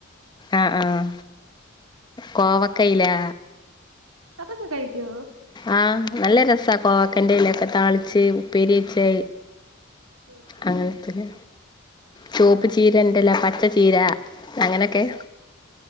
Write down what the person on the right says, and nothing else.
അതാക്കെ കയിക്കേയോ
ഉം ഉം
ഉം